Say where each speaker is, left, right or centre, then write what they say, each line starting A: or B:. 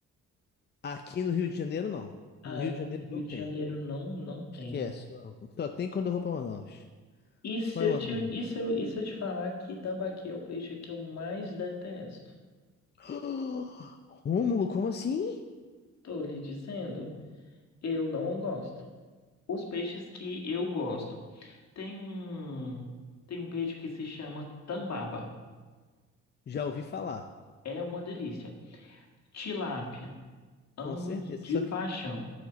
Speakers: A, on the left (about 35°); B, on the left (about 60°).
A: Aqui no Rio de Janeiro, não.
B: Aí
A: No Rio de Janeiro
B: no Rio
A: não
B: de
A: tem.
B: Janeiro não, não tem.
A: Esquece. Não. Só tem quando eu vou pra Manaus.
B: E
A: Só
B: se
A: em Manaus.
B: eu te, e se eu, e se eu te falar que tambaqui é o peixe que eu mais detesto?
A: <gasps> Rômulo, como assim?
B: Tô lhe dizendo, eu não gosto. Os peixes que eu gosto. Tem um, tem um peixe que se chama tambaba.
A: Já ouvi falar.
B: É uma delícia. Tilápia, amo
A: Com certeza.
B: de
A: Só
B: paixão.
A: que.